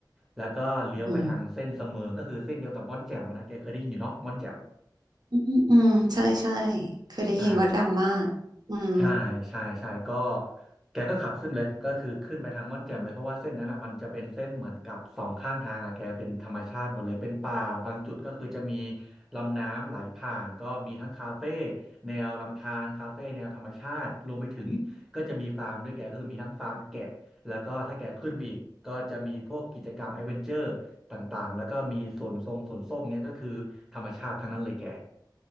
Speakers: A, in the centre; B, on the right.
A: แล้วก็เลี้ยวไปทางเส้นเสมิงก็คือเส้นเดียวกับม่อนแจ่มอะนะแกเคยได้ยินอยู่เนาะม่อนแจ่ม
B: อืมอืมอืมใช่ใช่เคยได้ยินว่าดังมากอืม
A: อ่า ใช่ใช่ใช่ก็แกก็ขับขึ้นเลยก็คือขึ้นไปทางม่อนแจ่มเลยเพราะว่าเส้นนั้นอ่ะมันจะเป็นเส้นเหมือนกับสองข้างทางอ่ะแกเป็นธรรมชาติหมดเลยเป็นป่าบางจุดก็คือจะมีลำน้ำไหลผ่านก็มีทั้งคาเฟ่แนวลำธารคาเฟ่แนวธรรมชาติรวมไปถึงก็จะมีฟาร์มด้วยแกก็คือมีทั้งฟาร์มแกะแล้วก็ถ้าแกขึ้นไปอีกก็จะมีพวกกิจกรรมแอดเวนเจอร์ต่างๆแล้วก็มีสวนทรงสวนส้มเนี่ยก็คือธรรมชาติทั้งนั้นเลยแก